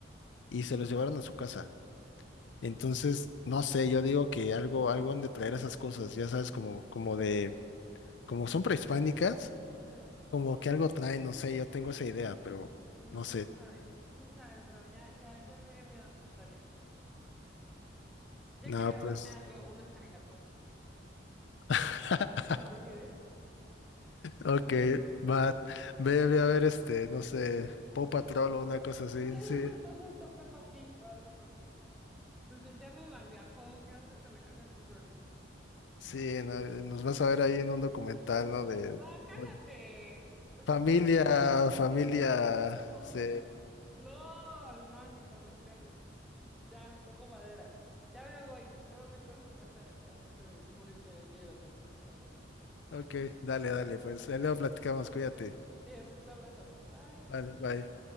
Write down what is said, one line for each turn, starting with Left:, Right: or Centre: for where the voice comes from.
Left: y se los llevaron a su casa. Entonces, no sé, yo digo que algo, algo han de traer esas cosas, ya sabes, como, como de, como son prehispánicas,
Centre: Ujú.
Left: como que algo traen, no sé, yo tengo esa idea, pero
Centre: No,
Left: no sé.
Centre: quién sabe, quién sabe, pero ya, ya, ya me dio miedo tu historia. Ya
Left: No,
Centre: quiero ir a
Left: pues.
Centre: verme algo, unas caricaturas.
Left: <laughs>
Centre: Que se me olvide.
Left: Ok, va, ve, ve a ver este, no sé, Paw Patrol
Centre: Pues,
Left: o una cosa así,
Centre: <laughs> Justo,
Left: sí.
Centre: justo Peppa Pig o algo, porque entonces ya me malviajó. ¿Qué onda con la casa de tus suegros?
Left: Sí, no, nos vas a ver ahí en un documental, ¿no? De
Centre: No, cállate,
Left: bueno,
Centre: toco
Left: familia,
Centre: madera.
Left: familia,
Centre: <laughs>
Left: sí.
Centre: No, no, ni lo menciones. Ya, toco madera. Ya me voy, tengo mil cosas que hacer, que aparte de morirme de miedo con tus historias.
Left: Ok, dale, dale, pues ahí luego platicamos, cuídate.
Centre: Yes, un abrazo. Bye.
Left: Vale, bye.